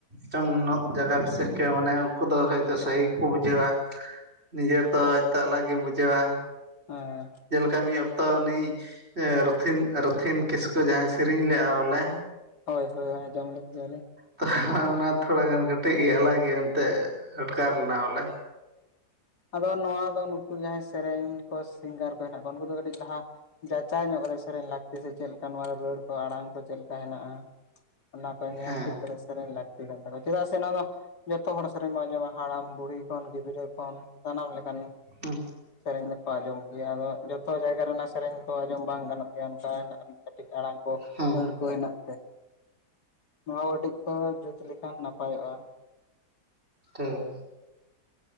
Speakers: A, on the right; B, on the left.
A: ᱪᱚᱝ ᱡᱟᱭᱜᱟ ᱵᱤᱥᱮᱥ ᱠᱮ ᱢᱟᱱᱮ ᱩᱱᱠᱩ ᱫᱚ ᱦᱳᱭ ᱛᱚ ᱥᱟᱦᱤ ᱠᱚ ᱵᱩᱡᱷᱟᱹᱣᱟ ᱱᱤᱡᱮ ᱛᱚ ᱦᱳᱭ ᱛᱚ ᱟᱞᱟᱠ ᱜᱮᱢ ᱵᱩᱡᱷᱟᱹᱣᱟ
B: <unintelligible>
A: ᱠᱟᱹᱢᱤ ᱚᱠᱛᱚ ᱟᱱᱤᱡ ᱨᱚᱛᱷᱤᱱ ᱨᱚᱛᱷᱤᱱ ᱠᱤᱥᱠᱩ ᱡᱟᱦᱟᱸᱭ ᱥᱮᱨᱮᱧ ᱞᱮᱜᱼᱟ ᱵᱚᱞᱮ
B: ᱦᱳᱭ ᱦᱳᱭ ᱟᱡᱚᱢ ᱞᱮᱫ ᱜᱮᱭᱟ ᱞᱮ
A: ᱛᱚ ᱚᱱᱟ ᱛᱷᱚᱲᱟ ᱜᱟᱱ ᱠᱟᱹᱴᱤᱡ ᱜᱮ ᱟᱞᱟᱜ ᱜᱮᱭᱟ ᱮᱱᱛᱮᱫ ᱟᱴᱠᱟᱨ ᱞᱮᱱᱟ ᱵᱚᱞᱮ
B: ᱟᱫᱚ ᱱᱚᱣᱟ ᱫᱚ ᱱᱩᱠᱩ ᱡᱟᱦᱟᱸᱭ ᱥᱮᱨᱮᱧ ᱠᱚ ᱥᱤᱝᱜᱟᱨ ᱠᱚ ᱦᱮᱱᱟᱜ ᱠᱚᱣᱟ ᱩᱱᱠᱩ ᱫᱚ ᱠᱟᱹᱴᱤᱡ ᱞᱟᱦᱟ ᱡᱟᱪᱟᱭ ᱧᱚᱜ ᱠᱟᱛᱮ ᱥᱮᱨᱮᱧ ᱞᱟᱹᱠᱛᱤ ᱥᱮ ᱪᱮᱫ ᱞᱮᱠᱟ ᱱᱚᱣᱟ ᱨᱮ ᱨᱟᱹᱲ ᱠᱚ ᱟᱲᱟᱝ ᱠᱚ ᱪᱮᱫ ᱞᱮᱠᱟ ᱦᱮᱱᱟᱜᱼᱟ ᱚᱱᱟ ᱠᱚ ᱧᱮᱞ
A: ᱦᱮᱸ
B: ᱴᱷᱤᱠ ᱠᱟᱛᱮᱫ ᱥᱮᱨᱮᱧ ᱞᱟᱹᱠᱛᱤ ᱠᱟᱱ ᱛᱟᱠᱚᱣᱟ ᱪᱮᱫᱟᱜ ᱥᱮ ᱱᱚᱣᱟ ᱫᱚ ᱡᱚᱛᱚ ᱦᱚᱲ ᱥᱮᱨᱮᱧ ᱵᱚᱱ ᱟᱸᱡᱚᱢᱟ ᱦᱟᱲᱟᱢ ᱵᱩᱲᱦᱤ ᱠᱷᱚᱱ ᱜᱤᱫᱽᱨᱟᱹ ᱠᱷᱚᱱ ᱥᱟᱱᱟᱢ ᱞᱮᱠᱟᱱ
A: ᱦᱩᱸ
B: ᱥᱮᱨᱮᱧ ᱫᱚᱠᱚ ᱟᱸᱡᱚᱢ ᱜᱮᱭᱟ ᱟᱫᱚ ᱡᱚᱛᱚ ᱡᱟᱭᱜᱟ ᱨᱮᱱᱟᱜ ᱚᱱᱟ ᱥᱮᱨᱮᱧ ᱠᱚ ᱟᱸᱡᱚᱢ ᱵᱟᱝ ᱜᱟᱱᱚᱜᱼᱟ <unintelligible> ᱦᱮᱱᱟᱜ ᱠᱟᱹᱴᱤᱡ ᱟᱲᱟᱝ ᱠᱚ
A: ᱦᱮᱸ
B: ᱟᱹᱲ ᱠᱚ ᱦᱮᱱᱟᱜ ᱼᱼᱱᱚᱣᱟ ᱠᱚ ᱠᱟᱹᱴᱤᱡ ᱠᱚ ᱡᱩᱛ ᱞᱮᱠᱷᱟᱱ ᱱᱟᱯᱟᱭᱚᱜᱼᱟ
A: ᱴᱷᱤᱠ